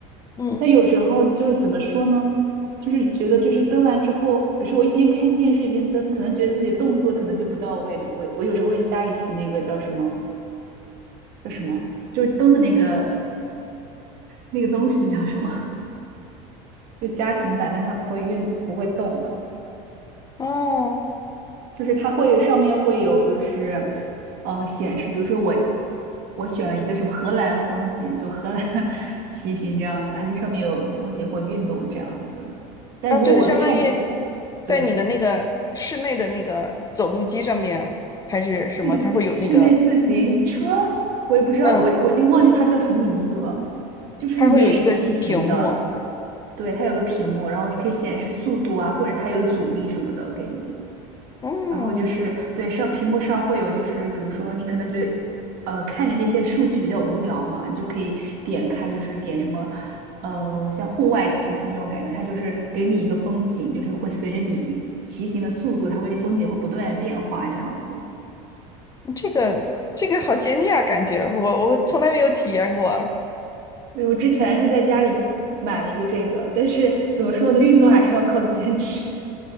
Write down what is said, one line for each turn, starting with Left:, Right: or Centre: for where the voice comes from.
Left: 嗯，
Right: 但有时候就是怎么说呢，就是觉得就是蹬完之后，比如说我一边看电视一边蹬，可能觉得自己动作可能就不到位，就我我有时候会加一期那个叫什么叫什么，就是蹬的那个那个东西叫什么，<laughs> 就家庭版，但它不会运不会动的。
Left: 哦。
Right: 就是它会上面会有就是，嗯、显示，比如说我我选了一个什么荷兰风景，就荷兰 <laughs> 骑行这样子，它就上面有风景或运动这样子。但如果我看着，
Left: 啊，就是相当于在你的那个室内的那个走路机上面，
Right: 对，
Left: 还是什么？
Right: 自室内自行车，
Left: 它会有那个，
Right: 我也不知道，
Left: 嗯，
Right: 我我已经忘记它叫什么名字了。就是你也是骑行的，
Left: 它会有一个屏幕。
Right: 对，它有个屏幕，然后可以显示速度啊，或者它有阻力什么的给你。
Left: 嗯，
Right: 然后就是对上屏幕上会有，就是比如说你可能觉得，呃，看着那些数据比较无聊嘛，你就可以点开，就是点什么，呃，像户外骑行这种感觉，它就是给你一个风景，就是会随着你骑行的速度，它会这风景会不断地变化这样子。
Left: 这个这个好先进啊，感觉我我从来没有体验过。
Right: 对，我之前是在家里买了一个这个，但是怎么说呢，运动还是要靠坚持。